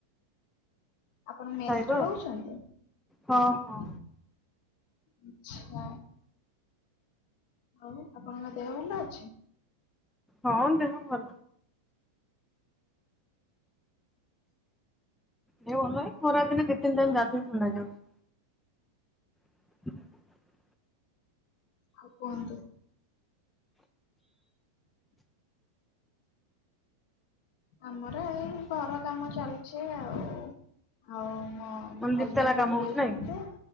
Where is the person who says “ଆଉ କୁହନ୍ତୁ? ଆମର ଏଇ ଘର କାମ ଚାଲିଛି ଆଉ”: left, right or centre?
Left